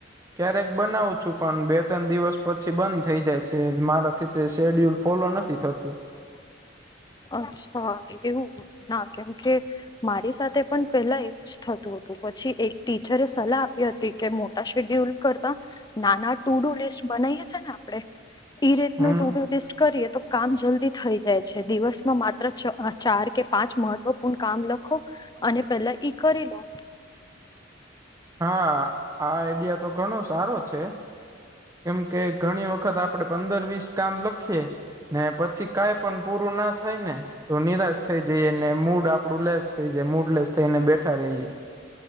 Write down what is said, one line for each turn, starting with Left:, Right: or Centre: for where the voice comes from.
Right: ક્યારેક બનાવું છું પણ બે ત્રણ દિવસ પછી બંધ થઇ જાય છે મારાથી તે શેડ્યુલ ફોલો નથી થતું.
Left: અચ્છા એવું ના કેમ કે મારી સાથે પણ પેલા એવું થતું હતું પછી એક ટીચરે સલાહ આપી હતી કે મોટા શેડ્યુલ કરતા નાના ટુ ડુ લિસ્ટ બનાવીએ છી ને આપણે ઈ રેતનું
Right: હમ
Left: ટુ ટુ લિસ્ટ કરીએ તો કામ જલ્દી થઈ જાય છે દિવસમાં મા ત્ર ચાર કે પાંચ મહત્વપૂર્ણ કામ લખો અને પેલા ઈ કરી લો.
Right: હા આ આઈડિયા તો ઘણો સારો છે. કેમ કે ઘણી વખત આપડે પંદર વીસ કામ લખીએ. ને પછી કાઈ પણ પૂરું ના થાય ને તો નિરાશ થઇ જઈએને મૂડ આપડું લેસ થઈ જાય મૂડ લેસ થઈને બેઠા રહીએ.